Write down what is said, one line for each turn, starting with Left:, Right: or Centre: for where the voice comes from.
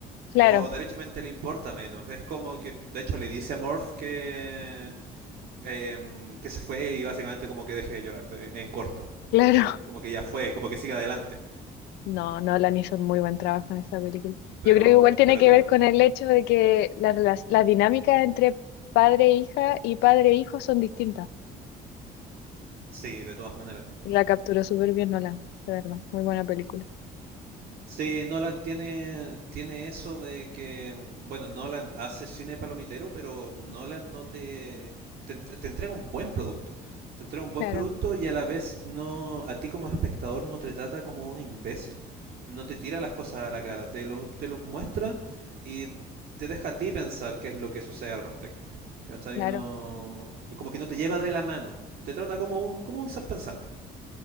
Left: claro,
Right: O derechamente le importa menos. Es como que de hecho le dice a Morph que eh, que se fue y básicamente como que deje de llorar en corto.
Left: <laughs> claro.
Right: ¿cachai? Como que ya fue, como que siga adelante.
Left: No, Nolan hizo un muy buen trabajo en esa película.
Right: Pero,
Left: Yo creo que igual tiene
Right: pero
Left: que
Right: claro,
Left: ver con el hecho de que las las- las dinámicas entre padre e hija y padre e hijo son distintas.
Right: sí, de todas maneras.
Left: La capturó súper bien Nolan, de verdad. Muy buena película.
Right: Sí, Nolan tiene, tiene eso de que, mm, bueno, Nolan hace cine palomitero, pero Nolan no te, te, ent- te entrega un buen producto. Te entrega un buen
Left: Claro,
Right: producto y a la vez no, a ti como espectador no te trata como un imbécil. No te tira las cosas a la cara, te lo, te los muestra y te deja a ti pensar qué es lo que sucede al respecto. ¿Cachai?
Left: claro,
Right: No, como que no te lleva de la mano. Te trata como un, como un ser pensante.